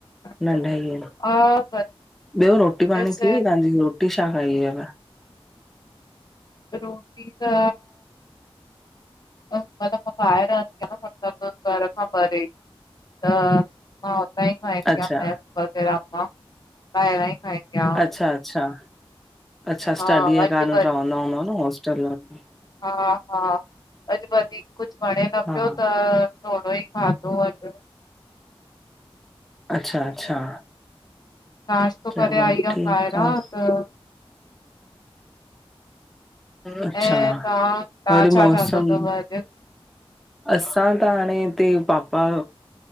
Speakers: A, on the left; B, in the centre.
A: अच्छा।
B: नंढा ई आहिन
A: हा
B: ॿियो रोटी पाणी
A: बस
B: थी वई तव्हांजी। कुटी छा खाईई --
A: रोटी त। मतलब ॿाहिरंद न मलब घर खां परे। त मां हुतां ई खाईंदी
B: अच्छा,
A: आहियां भैस वग़ैरह मां ॿाहिरां ई खाईंदी आहियां।
B: अच्छा अच्छा अच्छा
A: हा
B: स्टडीअ
A: अॼु
B: कारण
A: व
B: रहंदा हूंदा न होॉस्टल में।
A: हा हा अॼु वधीक कुझ वणे न
B: हा,
A: पियो त -- थोरो ई खाधो आ।
B: अच्छा अच्छा।
A: नाश्तो
B: चलो
A: करे आई
B: ठीकु
A: आहे ॿाहिरां
B: आ।
A: त।
B: अच्छा
A: ऐं तव्हां तव्हां
B: री
A: छा
B: मौसम।
A: ठातो अथव अॼु
B: असां त हाणे हिते पापा